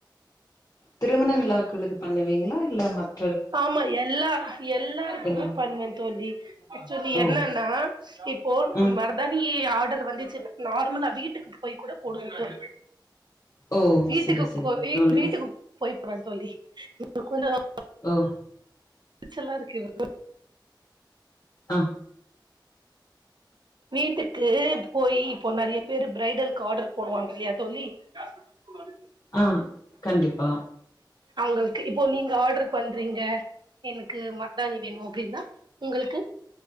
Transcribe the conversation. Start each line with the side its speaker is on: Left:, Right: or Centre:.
Left: திருமண விழாக்களுக்கு பண்ணுவீங்களா இல்ல மத்
Right: ஆமா எல்லா எல்லாருக்குமே
Left: எல்
Right: பண்ணுவே தோழி ஆக்சுவலி
Left: ஓ
Right: என்னன்னா இப்போ
Left: ம்
Right: மெ தானே ஈ ஆர்டர் வந்துச்சு நார்மலா வீட்டுக்கு போய் கூட போடுவோ போ
Left: ஓ
Right: வீட்டுக்கு
Left: செரி செரிங்க
Right: கோ
Left: தோழி
Right: வீட்டுக்கு போய போற தோழி <unintelligible>
Left: ஓ
Right: எரிச்சலா இருக்கு <unintelligible>
Left: ஆ
Right: வீட்டுக்கு போய் இப்போ நெறைய பேரு ப்ரரைடலு ஆர்டர் போடுவாங்க இல்லையா தோழி <unintelligible>
Left: ஆ கண்டிப்பா
Right: அவங்களுக்கு இப்போ நீங்க ஆர்டர் பண்றீங்க எனக்கு மருதானி வேணு அப்படின்னா உங்களுக்கு